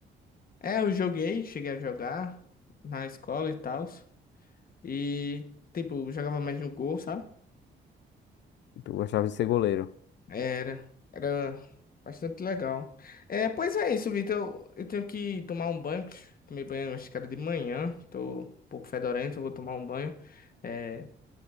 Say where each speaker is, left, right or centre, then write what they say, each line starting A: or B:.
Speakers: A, on the left; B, on the left.
A: É, eu joguei, cheguei a jogar na escola e tal. E, tipo, jogava mais no gol, sabe?
B: Tu gostava de ser goleiro.
A: Era, era bastante legal. É, pois é isso, Vitor. Eu, eu tenho que tomar um banho. que Tomei banho, acho que era de manhã. Tô um pouco fedorento, vou tomar um banho. É,